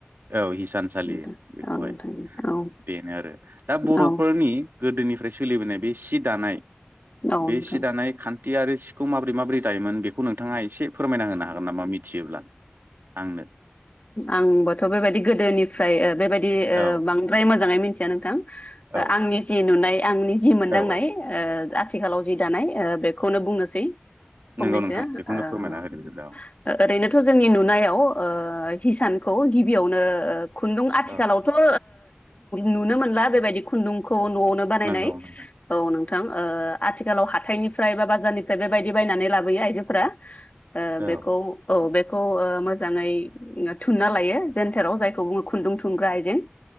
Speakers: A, on the right; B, on the left.
A: औ हिसानसालि
B: नोंथां
A: बेखौहाय
B: औ नोंथां औ
A: बेनो आरो दा बर'फोरनि
B: औ
A: गोदोनिफ्राय सोलिबोनाय बे सि दानाय
B: औ
A: बे
B: नोंथां
A: सि दानाय खान थियारि सिखौ माबोरै माबोरै दायोमोन बेखौ नोंथाङा एसे फोरमायना होनो हागोन नामा मिथियोब्ला आंनो
B: आंबोथ' बेबायदि गोदोनिफ्राय बेबायदि ओ
A: औ
B: बांद्राय मोजाङै मिथिया नोंथां
A: औ
B: आंनि जि नुनाय आंनि जि मोनदांनाय
A: औ औ
B: ओ आथिखालाव जि दानाय ओ बे खौनो बुंनोसै फंनैसो
A: नंगौ नोंथां
B: ओ
A: बेखौनो फोरमायना होदो बिदिब्ला औ
B: ओरैनोथ' जोंनि नुनायाव ओ हिसानखौ गिबियावनो खुन्दुं आथिखालावथ'
A: औ
B: ओ नुनो मोनला बेबायदि खुन्दुंखौ न'आवनो बानायनाय
A: नंगौ नोंथां
B: औ नों थां ओ आथिखालाव हाथायनिफ्राय बा बाजारनिफ्राय बेबायदि बायनानै लाबोयो आइजोफोरा ओ
A: औ
B: बेखौ औ बेखौ ओ मो जाङै थुनना लायो जेन्टेराव जायखौ बुङो खुन्दुं थुनग्रा आइजें